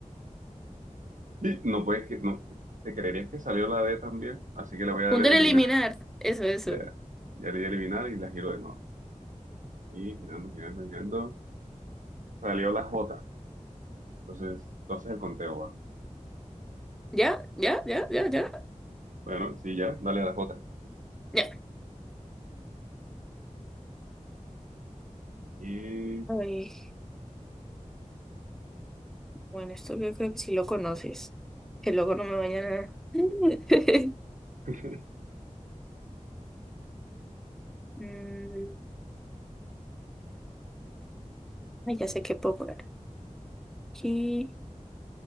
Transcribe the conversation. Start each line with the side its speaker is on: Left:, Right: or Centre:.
Right: Y no puedes que, no, te creerías que salió la D también, así que le voy a dar
Centre: Un
Right: a
Centre: del
Right: eliminar.
Centre: eliminar,
Right: <laughs>
Centre: eso, eso.
Right: Ya, ya le di a eliminar y la giro de nuevo. Y girando, girando, girando. Salió la J. Entonces, tú haces el conteo, ¿va?
Centre: ¿Ya? ¿Ya? ¿Ya? ¿Ya? ¿Ya?
Right: Bueno, sí, ya, dale a la J.
Centre: ¿Ya?
Right: Y...
Centre: Ay, bueno, esto yo creo que sí lo conoces. Que luego no me vayan a... <laughs>
Right: <laughs>
Centre: Mm, ay, ya sé qué puedo poner. Aquí...